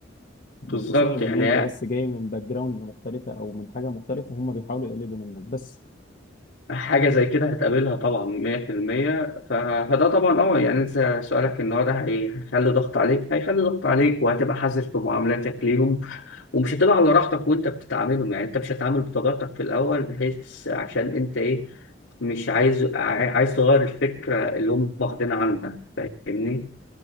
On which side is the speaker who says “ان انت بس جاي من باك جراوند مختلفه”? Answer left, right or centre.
Left